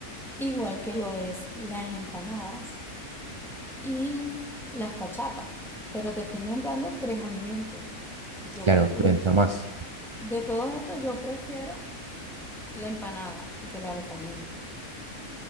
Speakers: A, in the centre; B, on the right.
A: igual que lo es las empanadas. y las cachapas. Pero te estoy nombrando tres alimentos. Yo
B: Claro,
A: prefería,
B: deben ser más.
A: de todos estos, yo prefiero la empanada y te la recomiendo.